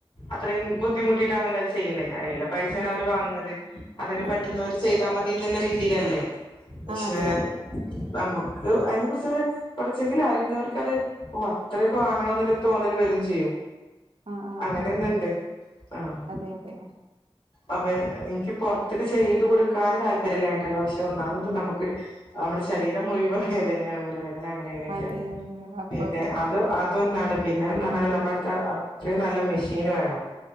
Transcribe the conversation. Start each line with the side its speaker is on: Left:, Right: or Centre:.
Left: അത്രീം ബുദ്ധിമുട്ടിട്ടാണല്ലോ ചെയ്യ്ണെ ഹ് അഎല്ലം പൈസേണ്
Right: അതെ
Left: അവര് വാങ്ങ്ന്നത് അത് ന്
Right: അതെ
Left: പറ്റുന്നോര്
Right: അതെ
Left: ചെയ്താമതിന്ന്ല്ല രീതിയിലല്ലേ പക്ഷേ
Right: ആഹ് അതെ അതെ
Left: നമക്ക് അയ്നെ കുർച്ചൊര് കൊറച്ചെങ്കിലു അറിയുന്നവർക്ക് അത് ഒ അത്രേക്കെ വാങ്ങണംന്ന്ല്ലര് തോന്നല് വരും ചിയ്യും
Right: ആ ആ
Left: അങ്ങനെന്നണ്ട്
Right: അതെ
Left: ആഹ്
Right: അതെ അതെ
Left: അപ്പെ ഇൻക്യ പുൊർത്ത്ക്ക് ചെയ്ത് കൊടുക്കാന് താല്പര്യല്ലായിട്ടല്ല പക്ഷെ ഒന്നാമത് നമക്ക് അമ്ടെ ശരീരം മുയ് വ വേദനയാണ് ഊര വേദന അങ്ങനെ ങ്ങനെയൊക്കെണ്
Right: അതെ അതെ അപ്പം
Left: പിന്നെ അഹ് അത് അതൊന്നാണ് പിന്നെ ന്നർഞ്ഞാല് നമ്മട്ത്ത് അ അത്രീം നല്ല മെഷീന് വേണം